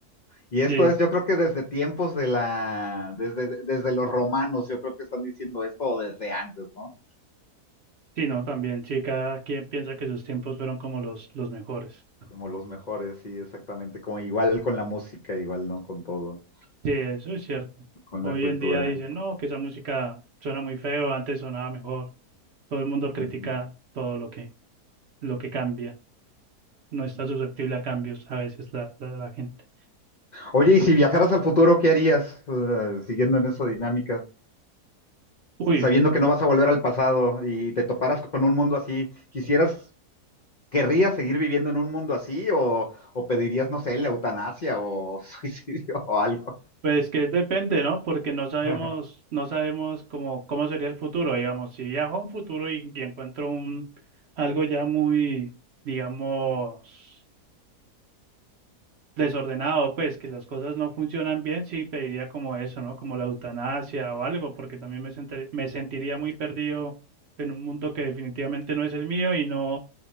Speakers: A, on the left; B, on the right.
A: Y esto
B: Sí,
A: es, yo creo que desde tiempos de la, desde, desde los romanos, yo creo que están diciendo esto o desde antes, ¿no?
B: sí, no, también, sí, cada quien piensa que sus tiempos fueron como los, los mejores.
A: Como los mejores, sí, exactamente. Como igual con la música, igual, ¿no? Con todo.
B: Sí, eso es cierto.
A: con
B: Hoy
A: la cultura.
B: en día dicen, no, que esa música suena muy feo, antes sonaba mejor. Todo el mundo critica
A: Ujú.
B: todo lo que, lo que cambia. No está susceptible a cambios a veces la, la, la gente.
A: Oye, y si viajaras al futuro, ¿qué harías? Eh, siguiendo en esa dinámica,
B: Uy,
A: sabiendo que no vas a volver al pasado y te toparas con un mundo así, ¿quisieras, querrías seguir viviendo en un mundo así o, o pedirías, no sé, la eutanasia o <laughs> suicidio o algo?
B: pues que depende, ¿no? Porque no sabemos,
A: <laughs>
B: no sabemos cómo, cómo sería el futuro, digamos. Si viajo a un futuro y, y encuentro un, algo ya muy, digamos, desordenado, pues que las cosas no funcionan bien, sí pediría como eso, ¿no? Como la eutanasia o algo, porque también me sentir- me sentiría muy perdido en un mundo que definitivamente no es el mío y no